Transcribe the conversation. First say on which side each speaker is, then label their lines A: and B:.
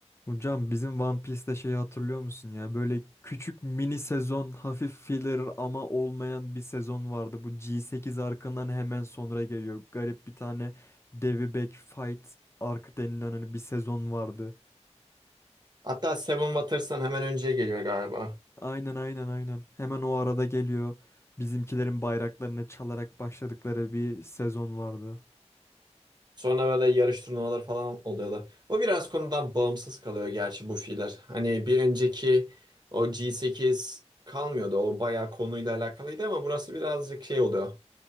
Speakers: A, on the left (about 25°); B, on the right (about 40°).
A: Hocam bizim One Piece'te şeyi hatırlıyor musun ya? Böyle küçük mini sezon, hafif filler ama olmayan bir sezon vardı. Bu G8 arkından hemen sonra geliyor. Garip bir tane Devi Back Fight arc denilen hani bir sezon vardı.
B: Hatta Seven Waters'tan hemen önce geliyor galiba.
A: Aynen aynen aynen. Hemen o arada geliyor. Bizimkilerin bayraklarını çalarak başladıkları bir sezon vardı.
B: Sonra böyle yarış turnuvaları falan oluyorlar. O biraz konudan bağımsız kalıyor gerçi bu fiiller. Hani bir önceki o G8 kalmıyordu. O bayağı konuyla alakalıydı ama burası birazcık şey oluyor.